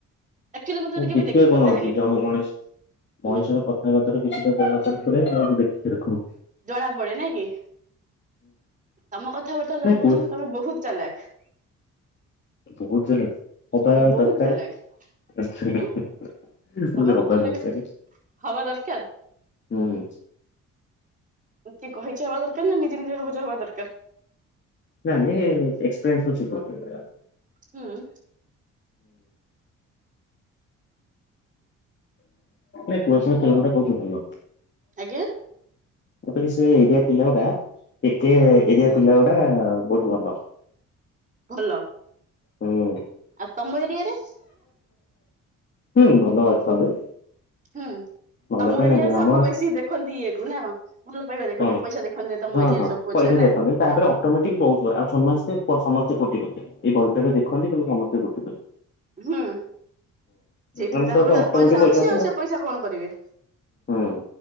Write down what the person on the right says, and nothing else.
ଆକ୍ଚୁଆଲି ମତେ ଯଦି କେବେ
ଦେଖିବ
ତାହେଲେ
ହୁଁ
ଜଣା ପଡେ ନାଇଁ କି? ତମ କଥାବାର୍ତ୍ତାରେ
ଜଣା
ପଡୁଛି କିନ୍ତୁ ତମେ ବହୁତ ଚାଲାକ।
ହୁଁ
ବହୁତ
ଚାଲାକ
ହୁଁ ତମ
କଥା ହେଲା
ହବା ଦରକାର ିକେ କହିଛ ହବା ଦରକାର ନା ନିଜେ ନିଜେ ଭାବୁଛ ହବା ଦରକାର।
ହୁଁ
ଆଜ୍ଞା
ହୁଁ
ଭଲ
ଆଉ ତମ ଏରିଆ ରେ?
ହୁଁ
ତମ
ଏରିଆରେ
ସବୁ ବେଶୀ ଦେଖନ୍ତି ଇଏକୁ ନା? ଭଲ ପାଇବା ଦେଖନ୍ତୁସା
ଦେଖୁ ନା ତମ
ଏଆ
ସବୁହଝିଅ
ନା?
ହୁଁ ସେଇଥିିପାଇ
ତାଙ୍କ
ପାଖରେ
ପଇସା ଅଛି
ଆଉ ସେ ପଇସା କଣ କରିବେ?